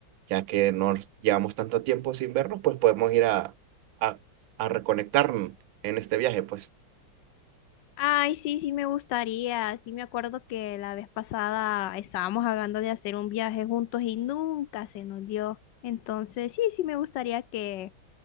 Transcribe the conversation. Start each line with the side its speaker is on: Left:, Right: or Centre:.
Right: ya que nos llevamos tanto tiempo sin vernos, pues podemos ir a, a, a reconectarnos en este viaje, pues.
Left: Ay, sí, sí me gustaría. Sí me acuerdo que la vez pasada estábamos hablando de hacer un viaje juntos y nunca se nos dio. Entonces, sí, sí me gustaría que